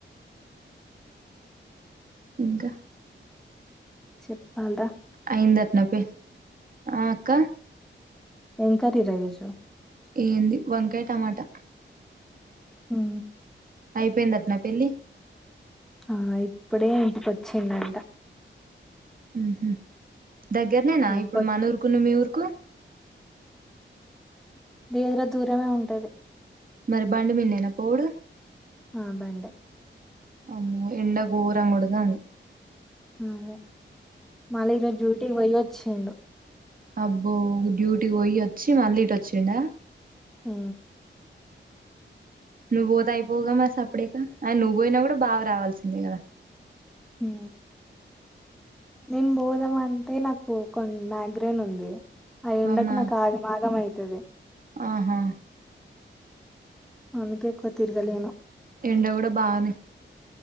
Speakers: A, on the right; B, in the centre.
A: ఇంకా
B: చెప్పాలి రా
A: అయిందటన పె ఆ అక్క
B: ఏం కర్రీ రా ఈ రోజు
A: ఏంది వంకాయ, టమాటా
B: హూ
A: అయిపోయింది అట నా పెళ్ళి
B: ఆ ఇప్పుడే ఇంటికొచ్చిండంట
A: ఊహు దగ్గరనేనా
B: ఇంటికి
A: ఇప్పుడు
B: వచ్చి
A: మన ఊరుకు మీ ఊరుకు
B: లేదు రా దూరమే ఉంటది
A: మరి బండి మిందేనా పోవుడు
B: ఆ బండే
A: అమ్మో ఎండ గోరం కొడతంది
B: అదే మళ్ళీ ఈరోజు డ్యూటీ వెయ్యాచుండు
A: అబ్బో డ్యూటీకి పోయి వచ్చి మళ్ళీ ఇట వచ్చిండ
B: హు
A: నువ్వు పోతే అయిపోగా మ సప్పుడేక అ నువ్వు పోయినా కూడా బావా రావాల్సిందే కదా
B: హు నేను బోదామ అంటే నాకు కొ మ్యాగ్రైన్ ఉంది. ఆ ఎండకు
A: అవునా
B: నాకు ఆగ ఆగమైంది. తది
A: ఆహా
B: అందుకే ఎక్కువ తీరగలేను
A: ఎండ కూడా బాగానే